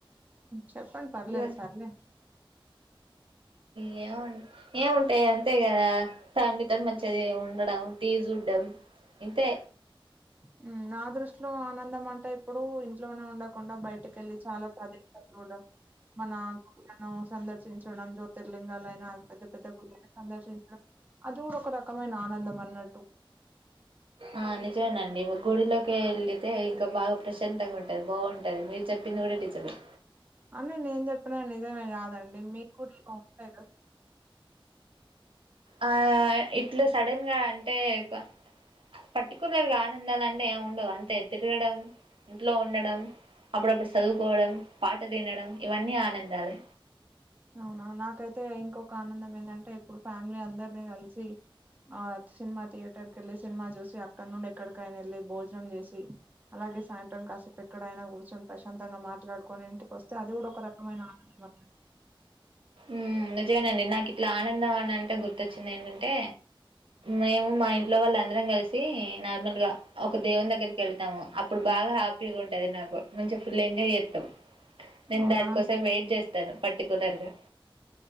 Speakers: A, on the right (about 20°); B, on the right (about 70°).
A: చెప్పండి పర్లేదు
B: ఇవన్
A: సార్లే
B: ఏ ఏముంటాయి అంతే గదా ఫ్యామిలీ తోటి మంచిది జె ఉండడం టీ చూడ్డం ఇంతే
A: ఉమ్ నా దృష్టిలో ఆనందం అంటే ఇప్పుడు ఇంట్లోనే ఉండకుండా బయటికి క వెళ్లి చాలా ప్రదేశలు చూడం మన గుళ్లను సందర్శించడం జ్యోతిర్లింగాలుయిైన పెద్ద పెద్ద గుళ్ళలను సందర్శించడం అది కూడా ఒక రకమైన ఆనందం అన్నట్టు
B: ఆ నిజేండి గుడిలోకి వెళితే ఇంకా బాగా ప్రశాంతంగా ఉంటది బావుంటది మీరు చెప్ <unintelligible> డిజబల్
A: అన్ని నేను జెప్పిన నిజమే గాదండి మీకు కూడా ఇ ఉంటాయి కద
B: ఆ ఇట్లు సడన్ గా అంటే క్ పర్టికులర్గా ఆనందాలంటే ే ఏ ఉండవు అంతే తిరగడం ఇంట్లో ఉండడం అప్పుడప్పుడు చదువుకోవడం పాట తినడం ఇవన్నీ ఆనందాలే
A: అవునా నాకైతే ఇంకొక ఆనందం ఏందంటే ఇప్పుడు ఫ్యామిలీ అందరినీ కలిసి ఆ సినిమా థియేటర్కి వెళ్ళి సినిమా చూసి అక్కడ నుండి ఎక్కడికైనా వెళ్ళి భోజనం చేసి అలా అగే సాయంత్రం కాసేపు ఎక్కడైనా కూర్చొని ప్రశాంతంగా మాట్లాడుకొని ఇంటికి వస్తే అది కూడా ఒక రకమైన ఆనందం అ
B: ఉమ్ నిజమేనండి నాకు ఇట్లా ఆనందం అని అంటే గుర్తొచ్చింది ఏంటంటే మేము మా ఇంట్లో వాళ్ళ అందరం కలిసి నార్మల్ గా ఒక దేవం దగ్గరికి వెళ్తాము అప్పుడు బా బాగా హ్యాపీగా ఉంటది నాకు మంచిగా ఫుల్ ఎంజాయ్ చేస్తాం నేను
A: అవునా
B: దానికోసం వెయిట్ చేస్తాను పర్టికులర్ గా